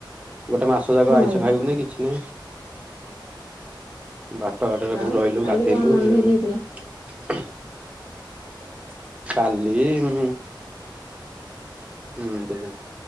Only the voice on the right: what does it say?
ଗୋଟେ ମାସ ଯାକ
ଆଇଁଷ ଖାଇବୁନି କିଛି ନାହିଁ। ବାଟଘାଟରେ
କୋଉଠି ରହିଲୁ
ଗାଧେଇଲୁ
ଇଏ ହେଲୁ।
କାଲି ଉଁ ହୁଁ ଦେବେ